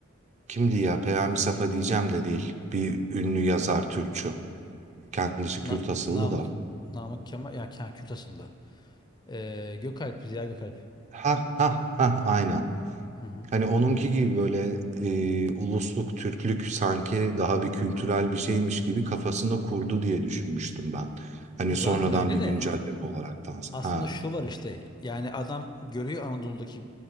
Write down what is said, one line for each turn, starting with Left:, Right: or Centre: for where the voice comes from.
Right: kimdi ya Peyami Safa diyeceğim de değil. Bir ünlü yazar Türkçü. Kendisi
Left: Na-
Right: Kürt asıllı
Left: Namık
Right: da.
Left: Namık Kemal ya Ke- Kürt asıllı. Ee, Gökalp Ziya Gökalp.
Right: Ha ha ha aynen.
Left: Hı hı.
Right: Hani onunki gibi böyle eee, ulusluk, Türklük sanki daha bir kültürel bir şeymiş gibi kafasında kurdu diye düşünmüştüm ben. Hani
Left: Zaten
Right: sonradan
Left: öyle
Right: bir
Left: de
Right: güncelleme olaraktan.
Left: aslında
Right: Ha.
Left: şu var işte yani adam görüyor Anadolu'daki